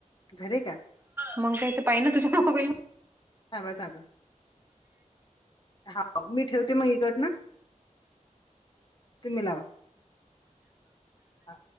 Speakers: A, on the left (about 35°); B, on the right (about 15°).
A: झाले का
B: मग काय तर पाहि ना तुझ्या मोबाईलवर.
A: हा होता बरं हां मी ठेवते मग इकडनं तुम्ही लावा हा